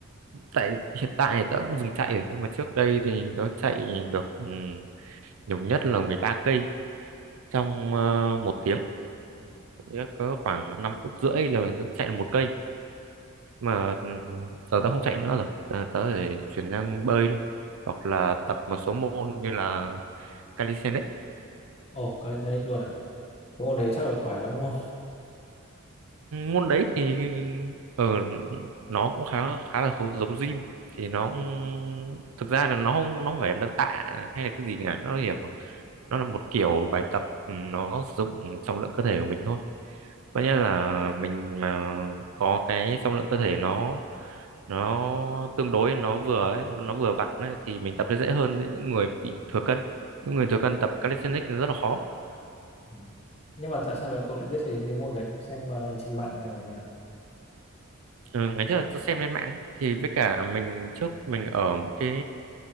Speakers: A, on the right; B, on the left.
A: tại hiện tại thì tớ cũng dừng chạy rồi nhưng mà trước đây thì tớ chạy được ừ, nhiều nhất là 13 cây trong ờ, một tiếng
B: Ừ.
A: Nghĩa là có khoảng 5 phút rưỡi là tớ chạy được một cây mà ừ, giờ tớ không chạy nữa rồi tớ, tớ để chuyển sang bơi thôi hoặc là tập một số môn như là calisthenics
B: ồ cái thế luôn à cái môn đấy chắc phải khỏe lắm đúng không
A: môn đấy thì ở nó cũng khá khá là khấu- giống gym thì nó cũng- thực ra là nó không nó không phải nâng tạ hay là cái gì cả nó hiểu nó là một kiểu bài tập ừ, nó sử dụng trọng lượng cơ thể của mình thôi có nghĩa là mình mà có cái trọng lượng cơ thể nó nó tương đối nó vừa ấy, nó vừa vặn ấy, thì mình tập sẽ dễ hơn những người bị thừa cân những người
B: ừ.
A: thừa cân tập calisthenics thì rất là khó
B: Ừ. nhưng mà tại sao lại cậu lại biết đến cái môn đấy xem ờ, trên mạng hay là như nào
A: ừ, ngày trước tôi xem lên mạng ấy, thì với cả mình trước mình ở một cái